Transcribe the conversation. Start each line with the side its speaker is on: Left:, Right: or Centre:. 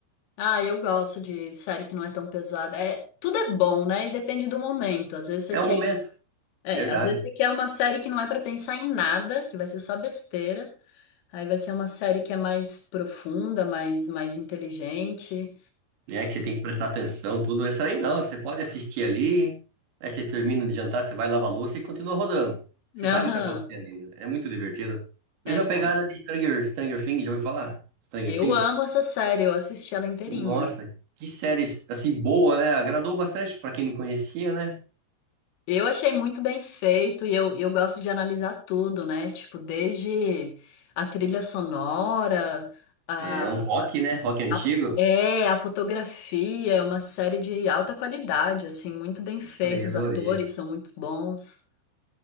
Left: Ah, eu gosto de série que não é tão pesada. É, tudo é bom, né? E depende do momento. Às vezes você
Right: É
Left: quer,
Right: um momento,
Left: é,
Right: verdade.
Left: às vezes você quer uma série que não é pra pensar em nada, que vai ser só besteira. Aí vai ser uma série que é mais profunda, mais, mais inteligente.
Right: né? Que você tem que prestar atenção, tudo. Essa aí não, você pode assistir ali, aí você termina de jantar, você vai lavar a louça e continua rodando. Você sabe
Left: Aham,
Right: o que tá acontecendo ainda. É muito divertido.
Left: é
Right: Mesma
Left: bom.
Right: pegada de Stranger, Stranger Things, já ouviu falar? Stranger
Left: Eu
Right: Things?
Left: amo essa série, eu assisti ela inteirinha.
Right: Nossa, que série, assim, boa, né? Agradou bastante pra quem não conhecia, né?
Left: Eu achei muito bem feito e eu, eu gosto de analisar tudo, né? Tipo, desde a trilha sonora, a,
Right: É é um rock, né? Rock antigo.
Left: a- é, a fotografia, é uma série de alta qualidade, assim, muito bem feito,
Right: Adorei,
Left: os
Right: adorei.
Left: atores são muito bons.